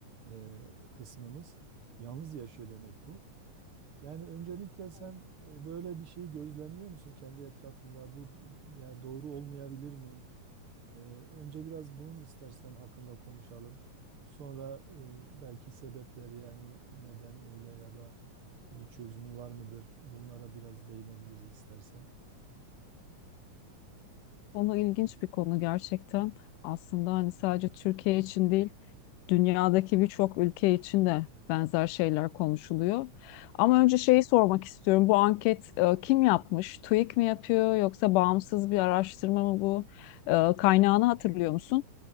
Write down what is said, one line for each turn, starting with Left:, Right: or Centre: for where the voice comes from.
Right: e, kısmımız yalnız yaşıyor demek bu. Yani öncelikle sen
Left: Evet,
Right: e, böyle bir şey gözlemliyor musun kendi etrafında? Bu yani doğru olmayabilir mi? E, önce biraz bunun istersen hakkında konuşalım. Sonra e, belki sebepleri yani neden öyle ya da
Left: evet.
Right: bir çözümü var mıdır? Bunlara biraz değinebiliriz istersen.
Left: Konu ilginç bir konu gerçekten. Aslında hani sadece Türkiye için değil, dünyadaki birçok ülke için de benzer şeyler konuşuluyor. Ama önce şeyi sormak istiyorum. Bu anket e, kim yapmış? TÜİK mi yapıyor yoksa bağımsız bir araştırma mı bu? E, kaynağını hatırlıyor musun?